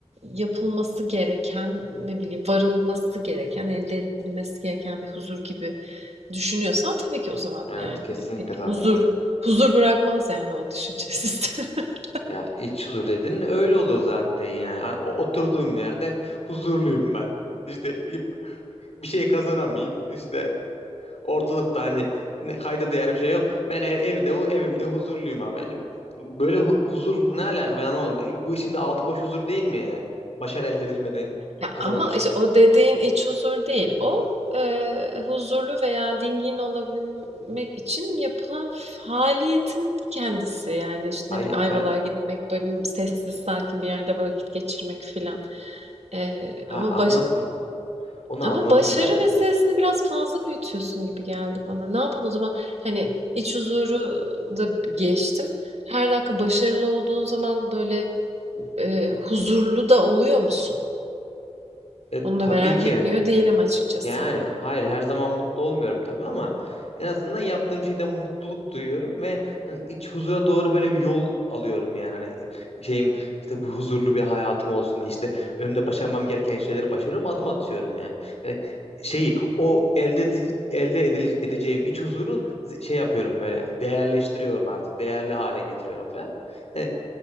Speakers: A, on the right (about 65°); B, on the left (about 65°).
A: yapılması gereken, ne bileyim, varılması gereken, elde edilmesi gereken bir huzur gibi düşünüyorsan tabii ki o zaman,
B: Evet
A: yani,
B: kesinlikle
A: pek
B: tabii
A: huzur
B: ki.
A: huzur bırakmaz, yani, o düşünce sistemi. <laughs>
B: Ya iç huzur dedin öyle olur zaten yani. Hani o- oturduğum yerden huzurluyum ben. İşte bir şey kazanamayayım. İşte ortalıkta hani ne, kayda değer bir şey yok. Ben ev, evde evimde huzurluyum abi. Hani böyle hu- huzur ne alaka ben anlamadım. Bu işin de altı boş huzur değil mi yani? Başarı elde edilmeden
A: Ya,
B: kazanılmış
A: ama, işte,
B: huzur.
A: o dediğin iç huzur değil. O, eee, huzurlu veya dingin olabilmek için yapılan faaliyetin kendisi. Yani, işte,
B: Hayır
A: ne bileyim, Ayvalık'a
B: ben
A: gitmek, böyle, sessiz sakin bir yerde vakit geçirmek filan. Eee,
B: Ha,
A: ama
B: anladım.
A: baş
B: Onu
A: Ama
B: anladım
A: başarı
B: ben.
A: meselesini biraz fazla büyütüyorsun gibi geldi bana. Ne yapalım o zaman? Hani iç huzuru da geçtim. Her dakika başarılı olduğun zaman böyle e, huzurlu da oluyor musun?
B: E,
A: Onu
B: tabii
A: da merak
B: ki.
A: etmiyor değilim açıkçası.
B: Yani hayır her zaman mutlu olmuyorum tabii ama en azından yaptığım şeyden mutluluk duyuyorum ve hani iç huzura doğru böyle bir yol alıyorum yani hani şeyim işte bu huzurlu bir hayatım olsun diye işte önümde başarmam gereken şeyleri başarıyorum adım atıyorum yani. Yani şeyi o elde ede- elde edile- edeceğim iç huzuru z- şey yapıyorum böyle değerleştiriyorum artık değerli hale getiriyorum falan. Hani,